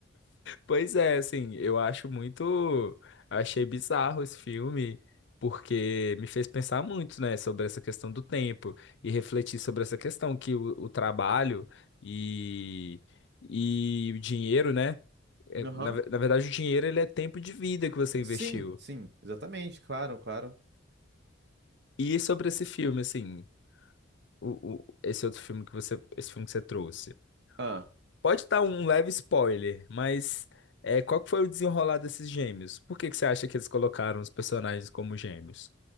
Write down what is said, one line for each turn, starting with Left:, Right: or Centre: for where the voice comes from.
Left: Pois é, assim, eu acho muito. Achei bizarro esse filme, porque me fez pensar muito, né, sobre essa questão do tempo e refletir sobre essa questão que o, o trabalho e, e o dinheiro, né? é,
Right: Aham.
Left: Na, ve- na verdade, o dinheiro ele é tempo de vida que você investiu.
Right: Sim, sim, exatamente, claro, claro.
Left: E sobre esse filme, assim, o, o- esse outro filme que você, esse filme que você trouxe.
Right: Ah.
Left: Pode estar um leve spoiler, mas é, qual que foi o desenrolar desses gêmeos? Por que que você acha que eles colocaram os personagens como gêmeos?